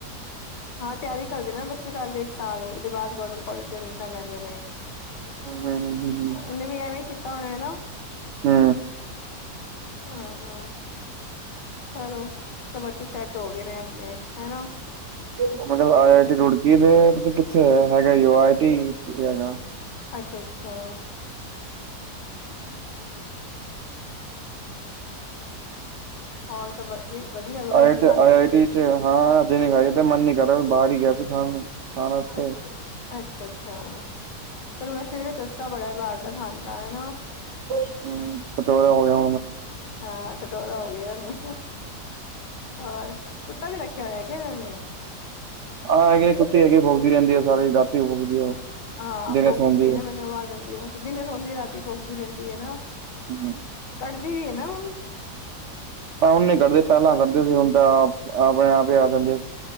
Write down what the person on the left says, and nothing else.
ਹਾਂ ਤਿਆਰੀ ਕਰਦੇ ਨਾ ਬੱਚੇ ਚੱਲ ਇੱਕ ਸਾਲ ਉਹਦੇ ਬਾਦ ਗੌਰਮੈਂਟ ਕੋਲਜ ਏਡਮਿਸ਼ਨ ਲੈਂਦੇ ਨੇ
ਉਹਨੇ ਵੀ ਐਵੇਂ ਕੀਤਾ ਹੋਣਾ ਨਾ
ਹਾਂ ਹਾਂ ਚਲੋ ਸਬ ਬੱਚੇ ਸੈਟ ਹੋ ਗਏ ਨੇ ਆਪਣੇ ਹੈਨਾ।
ਅੱਛਾ ਅੱਛਾ। <inaudible> ਹੋਰ ਸਭਰ ਨੀ ਵਧੀਆ। ਰੋਟੀ
ਰੋਟੀ
ਖਾ ਲਈ ਤੁਸੀਂ
ਅ ਅੱਛਾ ਅੱਛਾ ਪਰ ਵੈਸੇ ਚਸਕਾ ਬੜਾ ਐ ਬਾਹਰ ਦਾ ਖਾਂਣ ਦਾ ਹੈਨਾ।
ਹਾਂ ਚਟੋਰਾ ਹੋ ਗਿਆ ਹੁਣ ਹੋਰ ਕੁੱਤਾ ਵੀ ਰਖਿਆ ਹੋਇਆ ਕਿ ਇਹਨਾਂ ਨੇ
ਹਾਂ
ਭੋਕਦੀ
ਪਈ
ਮੈਨੂੰ ਆਵਾਜ਼ ਆਉਂਦੀ ਆ ਦਿਨੇ ਸੋਂਂਦੀ ਰਾਤੀ ਭੋਕਦੀ ਰਹਿੰਦੀ ਹੈ ਨਾ।
ਕੱਟਦੀ ਵੀ ਹੈ ਹੁਣ